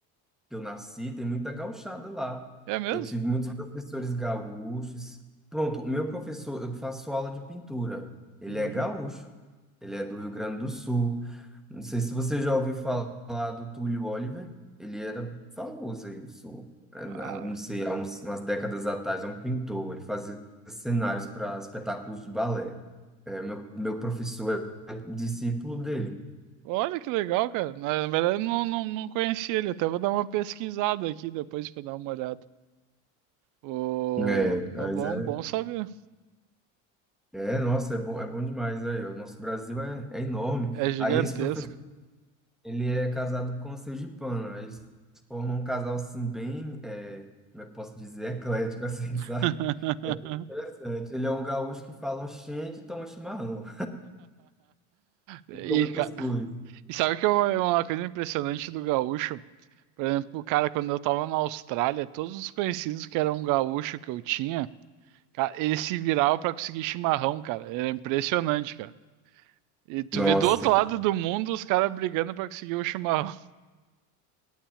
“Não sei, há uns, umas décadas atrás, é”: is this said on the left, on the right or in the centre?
Centre